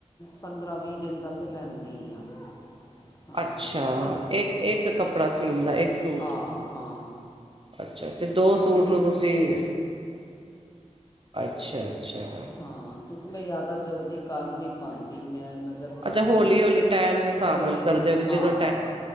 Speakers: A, on the left; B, on the right.
A: ਪੰਦਰਾਂ ਵੀਹ ਦਿਨ ਦਾ ਤਾਂ ਲੈਂਦੀ ਆ ਹਾਂ
B: ਅੱਛਾ ਇੱਕ
A: ਹਾਂ
B: ਇੱਕ ਕੱਪੜਾ ਸੀਣ ਦਾ ਇੱਕ ਸੂਟ,
A: ਹਾਂ ਹਾਂ
B: ਅੱਛਾ ਅਤੇ ਦੋ
A: ਕਿਉਂਕਿ ਮੈਂ
B: ਸੂਟ ਲਓ ਤੁਸੀਂ। ਜੀ ਅੱਛਾ ਅੱਛਾ।
A: ਹਾਂ ਕਿਉਂਕਿ ਮੈਂ ਜ਼ਿਆਦਾ ਜਲਦੀ ਕਰ ਨੀ ਪਾਉਂਦੀ ਮੈਂ ਰ ਕਰਕੇ
B: ਅੱਛਾ ਹੌਲੀ
A: ਨਾ
B: ਹੌਲੀ ਟਾਈਮ ਦੇ ਹਿਸਾਬ
A: ਹੋੌਲੀ
B: ਨਾਲ
A: ਹੌਲੀ
B: ਕਰਦੇ ਹੋ
A: ਹਾਂ
B: ਜਦੋਂ